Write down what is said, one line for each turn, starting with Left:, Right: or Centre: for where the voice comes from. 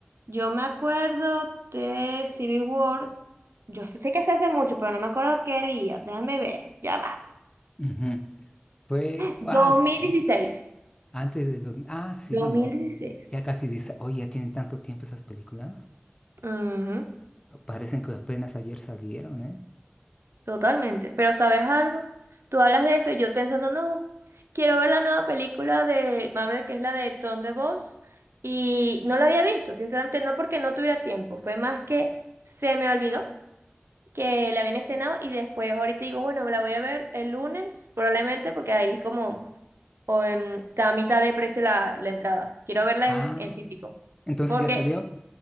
Right: Yo me acuerdo de Civil War. Yo sé que se hace mucho, pero no me acuerdo qué día. Déjame ver, ya va.
Left: Ujú. Fue,
Right: dos
Left: ah, sí,
Right: dos mil dieciséis,
Left: antes de, dos- mil, ah, sí,
Right: dos
Left: no,
Right: mil
Left: sí,
Right: dieciséis,
Left: ya casi dice, oye, ya tienen tanto tiempo esas películas,
Right: Ujú.
Left: parecen que apenas ayer salieron, ¿eh?
Right: Totalmente. Pero ¿sabes algo? Tú hablas de eso y yo pensando, no, quiero ver la nueva película de Marvel, que es la de Thunderbolts, y no la había visto, sinceramente, no porque no tuviera tiempo, fue más que se me olvidó que la habían estrenado y después ahorita digo, bueno, me la voy a ver el lunes, probablemente, porque ahí como o, em, está a mitad de precio la, la entrada. Quiero verla
Left: Ah,
Right: en, en físico.
Left: entonces
Right: Porque
Left: ya salió.